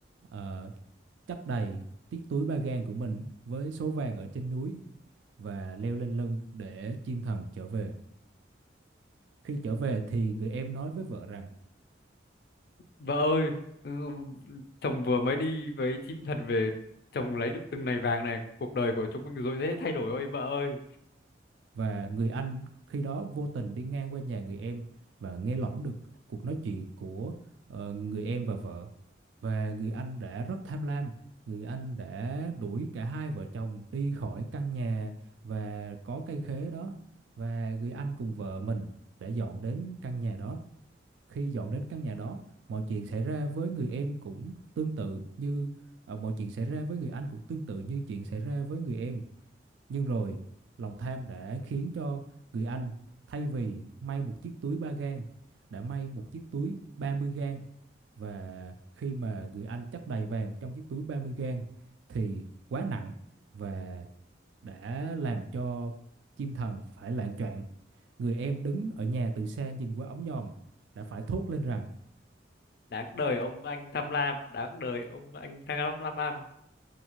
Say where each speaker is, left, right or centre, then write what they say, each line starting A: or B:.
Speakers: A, on the right (about 75°); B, on the left (about 55°).
A: ờ, chất đầy chiếc túi ba gang của mình với số vàng ở trên núi và leo lên lưng để chim thần trở về. Khi trở về thì người em nói với vợ rằng
B: Vợ ơi, ừ, chồng vừa mới đi với chim thật về, chồng lấy được từng này vàng này, cuộc đời của chúng mình rồi dễ thay đổi ơi vợ ơi.
A: và người anh khi đó vô tình đi ngang qua nhà người em và nghe lỏm được cuộc nói chuyện của ờ, người em và vợ. Và người anh đã rất tham lam, người anh đã đuổi cả hai vợ chồng đi khỏi căn nhà và có cây khế đó và người anh cùng vợ mình đã dọn đến căn nhà đó. Khi dọn đến căn nhà đó, mọi chuyện xảy ra với người em cũng tương tự như ờ, mọi chuyện xảy ra với người anh cũng tương tự như chuyện xảy ra với người em Nhưng rồi, lòng tham đã khiến cho người anh thay vì may một chiếc túi 3 gang, đã may một chiếc túi 30 gang. Và khi mà người anh chất đầy vàng trong chiếc túi 30 gang thì quá nặng và đã làm cho chim thần phải loạng choạng. Người em đứng ở nhà từ xa nhìn qua ống nhòm đã phải thốt lên rằng
B: Đáng đời ông anh tham lam, đáng đời ông anh tham lam.